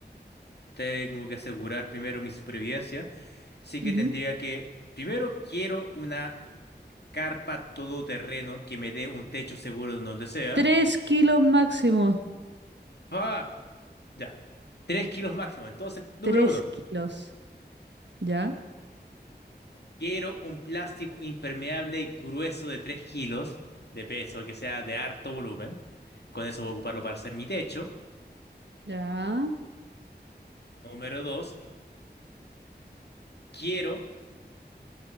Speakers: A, on the left; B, on the right.
A: Tengo que asegurar primero mi supervivencia. Así que
B: Ujú.
A: tendría que, primero quiero una carpa todoterreno que me dé un techo seguro en donde sea.
B: Tres kilos máximo.
A: Ah, ya. 3 kilos máximo. Entonces, número
B: Tres
A: uno,
B: kilos. ¿Ya?
A: quiero un plástico impermeable grueso de 3 kilos de peso, que sea de harto volumen. Con eso voy a ocuparlo para hacer mi techo.
B: ¿Ya?
A: Número dos, quiero